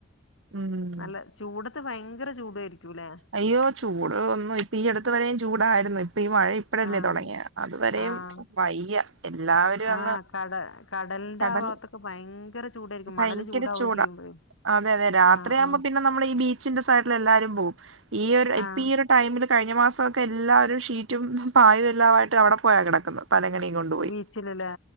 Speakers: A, on the right; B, on the left.
A: ഉം
B: നല്ല ചൂടത്ത് ഭയങ്കര ചൂടായിരിക്കൂല്ലേ
A: അയ്യോ ചൂട് ഒന്നു ഇപ്പൊ ഈ അടുത്ത് വരെയും ചൂടായിരുന്നു ഇപ്പൊ ഈ മഴ ഇപ്പഴല്ലേ
B: ആഹ്
A: തുടങ്ങിയ അതുവരെയും
B: ആഹ്
A: വയ്യ എല്ലാവരും
B: ആഹ്
A: അങ്ങ്
B: കട കടലിന്റെ
A: കടൽ
B: ആഹ് ഭാഗത്തൊക്കെ ഭയങ്കര ചൂടായിരിക്കും
A: ഭയങ്കര
B: മണല് ചൂടാവും
A: ചൂടാ
B: ചെയ്യുമ്പോഴേ
A: അതെ അതെ രാത്രിയാകുമ്പോ
B: ആഹ് ആഹ്
A: പിന്നെ നമ്മൾ ഈ ബീച്ചിന്റെ സൈഡിൽ എല്ലാരും പോവും ഈയൊരു ഇപ്പൊ
B: ആഹ്
A: ഈ ഒരു ടൈമിൽ കഴിഞ്ഞ മാസമൊക്കെ എല്ലാവരും ഷീറ്റും പായും എല്ലാമായിട്ട് അവിടെ പോയാണ് കിടക്കുന്നത് തലങ്ങണിയും കൊണ്ടുപോയി
B: ബീച്ചിലല്ലേ